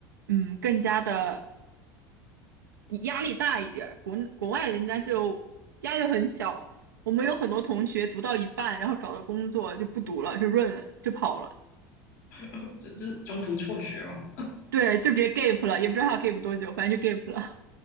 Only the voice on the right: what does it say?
嗯，更加的压力大一点儿国国外人家就压力很小。我们有很多同学读到一半，然后找了工作就不读了，就润了，就跑了，
对，就直接 gap 了，也不知道他要 gap 多久，反正就 gap 了。